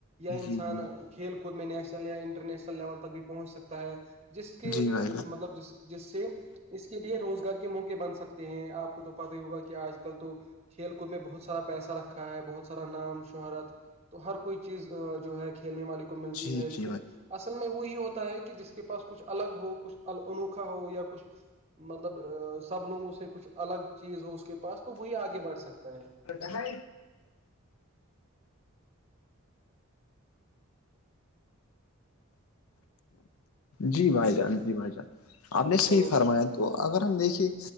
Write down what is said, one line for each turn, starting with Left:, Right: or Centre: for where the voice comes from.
Right: یا
Left: جی
Right: انسان
Left: جی
Right: کھیل کود میں نیشنل یا انٹرنییشنل لیول تک بھی پہنچ سکتا ہے جس کے
Left: جی بھائی
Right: مطلب جس جس سے اس کے لیے روزگار کے موقع بن سکتے ہیں آپ کو تو پتا ہی ہوگا کہ آج کل تو کھیل کود میں بہت سارا پیسہ رکھا ہے بہت سارا نام شہرت تو ہر کوئی چیز جو ہے کھیلنے والی ملتی
Left: جی
Right: ہے لیکن
Left: جی بھائی
Right: اصل میں وہی ہوتا ہے کہ جس کے پاس کچھ الگ ہوگا انوکھا ہو یا کچھ مطلب سب لوگوں سے کچھ الگ چیز ہو اس کے پاس تو وہی آگے بڑھ سکتا ہے
Left: ا ہے جی بھائی جان جی بھائی جان آپ نے صحیح
Right: اور
Left: فرمایا تو اگر ہم دیکھیے